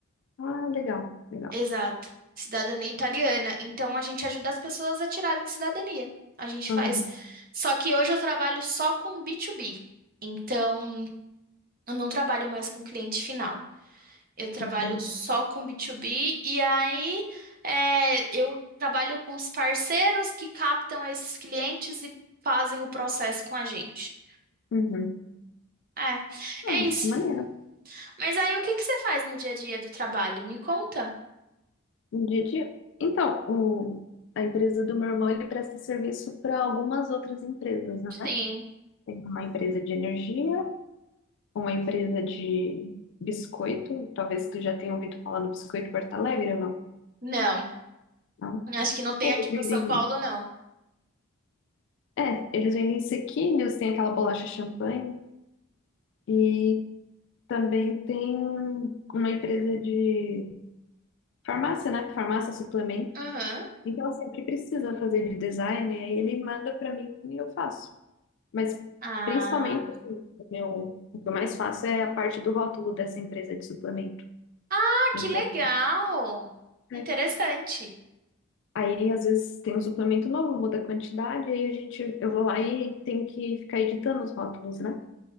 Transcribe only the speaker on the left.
Ah, legal, legal.
Aham,
entendi.
Uhum.
Ah,
maneiro.
Um dia a dia. Então, o... a empresa do meu irmão, ele presta serviço para algumas outras empresas, né?
Tem uma empresa de energia, uma empresa de biscoito. Talvez tu já tenha ouvido falar do Biscoito Porto Alegre ou
não?
É, eles
vendem,
é, eles vendem sequinhos, tem aquela bolacha champanhe e também tem uma empresa de farmácia, né? Farmácia suplemento.
Então, assim, o que precisa fazer de design, aí ele manda para mim e eu faço. Mas,
principalmente, assim, o meu, o que eu mais faço é a parte do rótulo dessa empresa de suplemento.
Então,
é,
aí às vezes tem um suplemento novo, muda a quantidade, aí a gente, eu vou lá e tenho que ficar editando os rótulos, né?